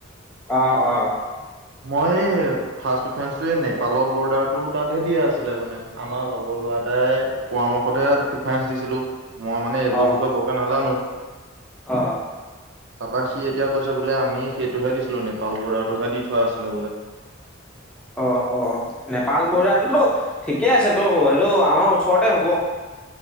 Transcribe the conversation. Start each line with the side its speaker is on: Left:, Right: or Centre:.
Centre: অ', অ',
Right: মই ফাৰ্ষ্ট প্ৰেফেৰেন্স নেপালৰ বৰ্ডাৰতটো তাতহে দিয়া আছিলে মানে আমাৰ লগৰ ল'ৰা এটাই পৰামৰ্শ সতে প্ৰিফাৰেন্স দিছিলো। মই মানে এইবোৰ
Centre: অ',
Right: বিষয়ে বৰকে নাজানো।
Centre: অ
Right: তাৰপা সি এতিয়া কৈছে বোলে আমি সেইটোহে দিছিলো নেপাল বৰ্ডাৰটো দি থোৱা আছিলে বোলে।
Centre: অ অ নেপাল বৰ্ডাৰটোতো ঠিকেই আছে তো সেইটো আমাৰ ওচৰতে হ'ব।